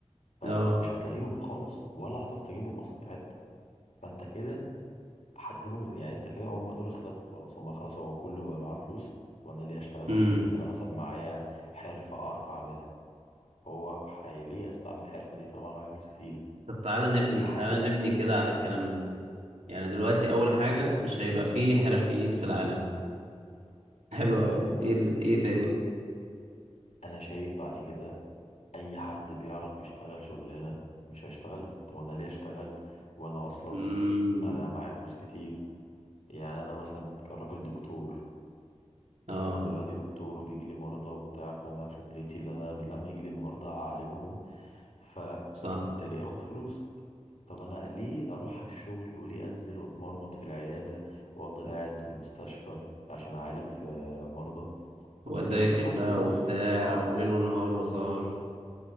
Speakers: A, on the left (about 80°); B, on the right (about 85°).
A: فمش
B: اه
A: هتلاقيهم خالص ولا هتعرف تجيبهم اصلا في حته فانت كده هتجيبهم يعني انت كده هم دول اختفوا خلاص هم خلاص هو كله بقى معاه فلوس طب انا ليه اشتغل
B: امم
A: حاجه زي دي انا مثلا معايا حرفه اعرف اعملها هو حي- ليه استعمل الحرفه دي طالما انا معايا فلوس كتير
B: طب تعالى نبني
A: تاني حاجه
B: تعالى نبني كده على الكلام ده يعني دلوقتي اول حاجة
A: ابني
B: مش هيبقى فيه حرفيين في العالم <laughs> حلو
A: حلو
B: اوي ايه ال- ايه تاني
A: انا شايف بعد كده اي حد بيعرف يشتغل شغلانه مش هيشتغلها طب انا ليه اشتغل وانا اصلا
B: امم
A: انا معايا فلوس كتير يعني انا مثلا كراجل دكتور
B: اه
A: انا دلوقتي دكتور وبيجي لي مرضى وبتاع فانا شغلتي اللي انا لما يجي لي المرضى اعالجهم فبالتالي
B: صح
A: اخد فلوس طب انا ليه اروح على الشغل وليه انزل واتمرمط في العياده وافضل قاعد في المستشفى عشان اعالج في مرضى طب
B: وذاكر
A: ما انا كده كده معايا
B: بقى
A: فلوس
B: وبتاع
A: اه
B: وليل ونهار وسهر